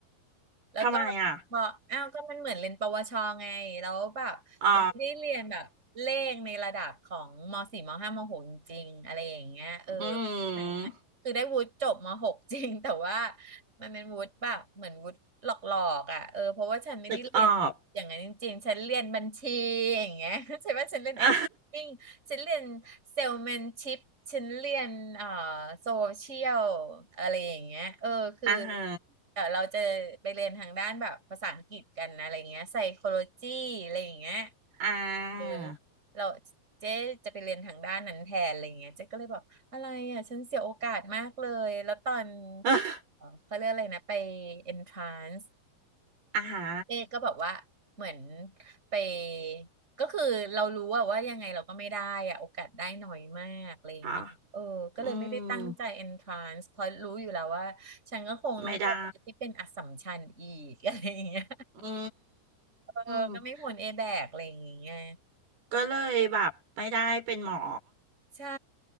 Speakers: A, on the right; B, on the right.
A: แล้วก็
B: ทำไมอ่ะ
A: บอกอ้าวก็มันเหมือนเรียนปวชไงแล้วแบบมันไม่ได้เรียนแบบเลขในระดับของมสี่มห้ามหกจริงๆอะไรอย่างเงี้ยเออ
B: อ๋ออื
A: ไหนน่ยคือได้วุฒิจบมหก
B: ม
A: <laughs> จริงแต่ว่ามันเป็นวุฒิแบบเหมือนวุฒิหลอกๆอ่ะเออเพราะว่าฉันไม่ได้เรียนอย่างนั้นจริงๆฉันเรียนบัญชีอย่างเงี้ย
B: นึกออก
A: <laughs> ใช่ไหมฉันเรียน
B: <laughs> อ่า
A: accounting ฉันเรียนเซลแมนชิพฉันเรียนเอ่อโซเชียลอะไรอย่างเงี้ยเออคือ
B: อ่าฮะ
A: เดี๋ยวเราจะไปเรียนทางด้านแบบภาษาอังกฤษกันนะอะไรเงี้ยไซโคโลจีอะไรอย่างเงี้ย
B: อ่า
A: เออเราเจ๊จะไปเรียนทางด้านนั้นแทนอะไรเงี้ยเจ๊ก็เลยบอกอะไรอ่ะฉันเสียโอกาสมากเลยแล้วตอน
B: <laughs>
A: เอ่อเขาเรียกอะไรนะไป entrance
B: อ่าฮะ
A: เจ๊ก็แบบว่าเหมือนไปก็คือเรารู้ว่าว่ายังไงเราก็ไม่ได้อะโอกาสได้น้อยมากอะไรอย่างเงี้ยเออก็เลยไม่ได้ตั้งใจ
B: ค่ะอืม
A: entrance เพราะรู้อยู่แล้วว่าฉันก็คงต้องไปที่เป็นอัสสัมชัญอีก
B: ไม่ได้
A: <laughs> อะไรอย่างเงี้ย
B: อื
A: <laughs> เออก็ไม่พ้นเอแบกอะไรอย่างเงี้ย
B: มก็เลยแบบไม่ได้เป็นหมอ
A: ใช่